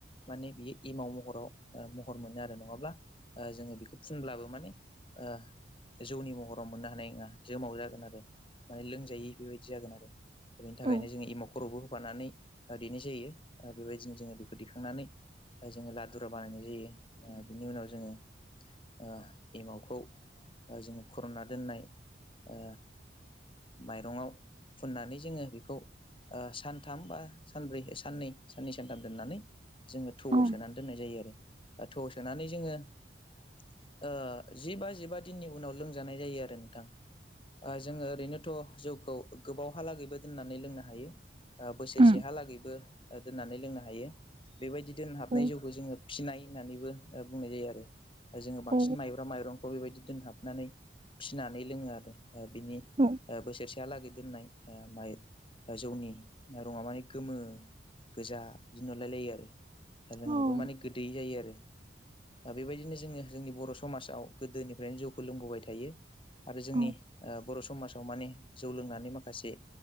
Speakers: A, on the left (about 30°); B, on the right (about 30°).
A: माने बियो एमाव महराव ओ महर मोनो आरो नङाब्ला ओ जोङो बेखौ फुनब्ला माने ओ जौनि महराव मोननो हानाय नङा जोमाव जागोन आरो माने लोंजायै बेबायदि जागोन आरो दा बेनि थाखायनो
B: औ
A: जोङो एमाव खर'बो होफानानै ओ दैनाय जायो बेबायदिनो जोङो बेखौ दैखांनानै ओ जोङो लादुराब बानायनाय जायो ओ बिनि उनाव जोङो ओ एमावखौ ओ जोङो खुर'नना दोननाय ओ माइरंआव फुननानै जोङो बेखौ ओ सानथाम बा सानब्रै साननै साननै सानथाम दोननानै जोङो थौआव
B: औ
A: सोनानै दोननाय जायो आरो ओ थौआव सोनानै जोङो ओ जिबा जिबा दिननि उनाव लोंजानाय जायो आरो नोंथां। ओ जोङो ओरैनोथ' जौखौ गोबावहालागैबो दोननानै लोंनो हायो ओ बोसोरसेहालागैबो
B: उम
A: दोननानै लोंनो हायो बेबायदि दोनहाबनाय
B: औ
A: जौखौ जोङो फिनाय होननानैबो बुंनाय जायो आरो जोङो बांसिन
B: औ
A: माइब्रा माइरं खौ बेबायदि दोनहाबनानै फिसिनानै लोङो आरो बिनि
B: औ
A: बोसोरसेहालागै दोननाय म जौनि रङा माने गोमो गोजा बिदिनो अरलायलायो आरो लोंनोबो
B: औ
A: माने गोदैयै जायो आरो दा बेबायदिनो जोङो जोंनि बर' समाजाव गोदोनिफ्रायनो जौखौ लोंबोबाय थायो आरो जोंनि
B: औ
A: बर' समाजाव माने जौ लोंनानै माखासे